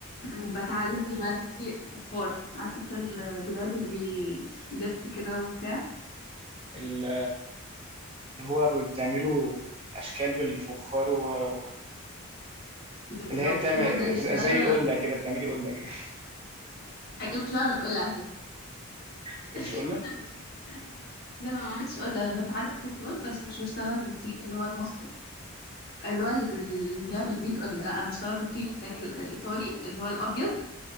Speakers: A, on the left; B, on the right.
A: م، بتعلم دلوقتي فخار عارف انت الدولاب اللي بيلف كده وبتاع
B: ال- اللي هو بتعمله اشكال بالفخار و... و-
A: بالظبط
B: اللي هي بتعمل
A: هو ده اللي-
B: ز-
A: ده
B: زي
A: انا
B: القله كده بتعملي قله كده
A: حقيقي مش بعمل قلة على فكرة
B: <laughs> ايه
A: <laughs>
B: مش قله
A: لا ما بعملش قلة انا بتعلم فخار بس مش بشتغل بالطين اللي هو المصري اللي هو اللي بيعمل بيه القلة لا انا بشتغل بالطين التاني الايطالي اللي هو الابيض